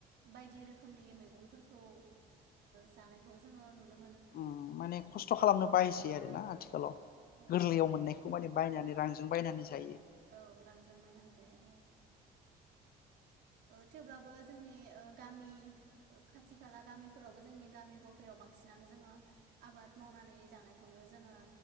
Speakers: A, on the right; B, on the left.
A: बायदि रोखोमनि मैगंफोरखौ। जानायखौ जोङो नुनो मोन।
B: उम माने खस्थ खालामनो बायोसै आरो। दा आथिखालाव
A: औ औ
B: गोरलैयाव मोननायखौ माने बायनानै रांजों बायनानै जायो
A: औ रांजों बायनानै जायो औ ओ थेवब्लाबो जोंनि ओ गामि ओ खाथि खाला गामिफोरावबो जोंनि गामि ग'फायाव बांसिनानो जोङो आबाद मावनानै जानायखौनो जोङो